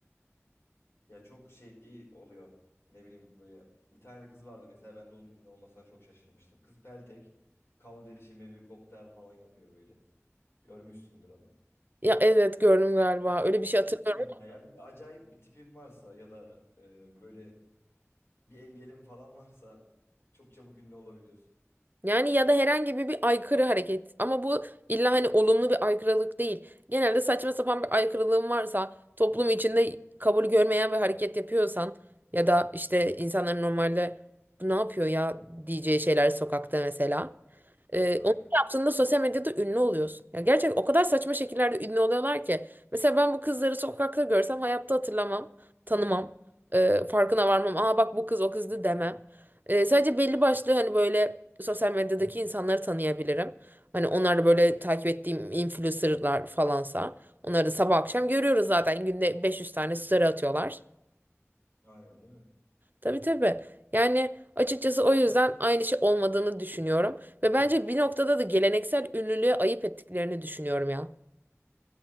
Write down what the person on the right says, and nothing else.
Ya evet gördüm galiba öyle bir şey
hatırlıyorum.
Yani ya da herhangi bir, bir aykırı hareket. Ama bu illa hani olumlu bir aykırılık değil. Genelde saçma sapan bir aykırılığın varsa, toplum içinde kabul görmeyen bir hareket yapıyorsan ya da işte insanların normalde bu ne yapıyor ya diyeceği şeyler sokakta mesela. Ee,
onu yaptığında sosyal medyada ünlü oluyorsun. Ya gerçekten o kadar saçma şekillerde ünlü oluyorlar ki. Mesela ben bu kızları sokakta görsem hayatta hatırlamam, tanımam, Ee, farkına varmam. Aa bak bu kız o kızdı demem. Ee, sadece belli başlı hani böyle sosyal medyadaki insanları tanıyabilirim. Hani onlar da böyle takip ettiğim influencerlar falansa. Onları da sabah akşam görüyoruz zaten. Günde 500 tane story atıyorlar.
Tabii tabii. Yani açıkçası o yüzden aynı şey olmadığını düşünüyorum. Ve bence bir noktada da geleneksel ünlülüğe ayıp ettiklerini düşünüyorum ya.